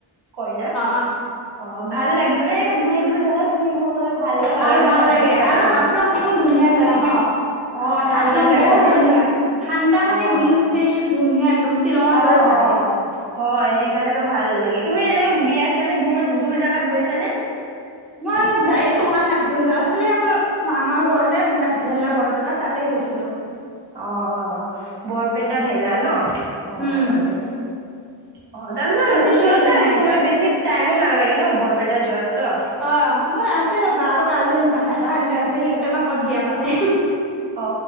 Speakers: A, on the right (about 55°); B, in the centre.
A: কইনা
B: অ
A: অ ভাল লাগিব নে এনেে দূৰ দূৰ জোগাত ফুৰিব গলে ভালো
B: ভাল
A: লাগে ন
B: ভাল লাগে
A: সেনেকুৱা
B: আৰু
A: টাইমত
B: হাফলং বহুত ধুনীয়া জেগা ন।
A: অ' ঠাণ্ডা
B: তাপৰা
A: জেগা
B: বহুত
A: যে
B: ধুনিয়ীয়া ঠাণ্ডা মানে
A: অ'
B: হিল ষ্টেশচন ধুনীয়া একদম শ্বিলঙৰ
A: অ'
B: দৰে ভাগ
A: অ'
B: আহিব তোমাৰ।
A: হয় সেইকাৰণে তো ভাল লাগি তুমি এনেকুৱা বিয়াত মানে দূ দূৰ জাগাত গৈছা নে?
B: মই যাই পোৱা নাই বোৰ যাত খালি আমাৰ মামাৰ ঘৰতে ভেলা বৰপেটাত। তাতে গৈছিলো।
A: অ, অ, বৰপেটাটা ভেলা ন? অ,
B: উম
A: তাতে। অ, তাতেো
B: বেছি
A: ওচৰতে
B: দূৰত যোৱা
A: আছে
B: নাই
A: তোমাৰ বেছি টাইমো নালাগে ন বৰপেটা যোৱাত তো?
B: অ, মোৰ আছে ৰ'বা আৰু কাজেন বা দাদাহেহত আছে সিহঁতেৰ বা ক'ত বিয়া পাতে।
A: অ